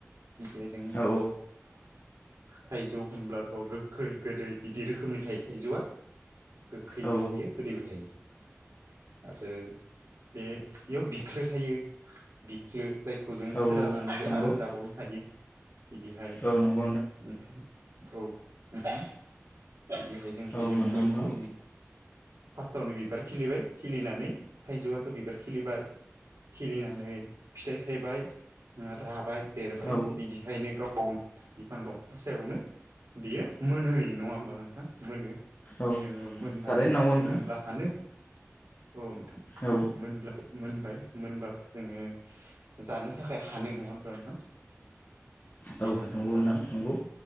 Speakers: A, on the right; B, on the left.
A: बिदि जों
B: औ
A: थाइजौ होनब्लाथ' गोखै गोदै बिदि रोखोमनि थायो थाइजौआ गोखैबो
B: औ
A: थायो गोदैबो थायो आरो बे बेयाव बिख्लो थायो बिख्लो जायखौ जों
B: औ
A: फोराननानैबो
B: औ नंगौ
A: आरो जाबावनो हायो बिदिहाय नोंथां
B: औ नंगौ
A: औ नोथां बिदिहाय जों थाइजौखो
B: औ नंगौ नोंथां
A: फोम फास्स्टावनो बिबार खिलिबाय खिलिनानै थाइजौआथ बिबार खिलिबाय खिलिनानै फिथाइ थायबाय राबाय देरबाय
B: औ
A: बिदिहायनो गाव गावनो बिफां दंफां सायावनो बेयो मोनहोयो नङा होमबा नोंथां मोनो
B: औ
A: मोननानै
B: थारैनो
A: जों
B: नंगौ नोंथां
A: मोनब्ला हानो औ नोंथां
B: औ
A: मोन मोनबाय मोनबाथ जोङो जानो थाखाय हानाय नङा होनब्ला नोंथां? बे
B: औ
A: हानोब्ला
B: नंगौ नोंथां नंगौ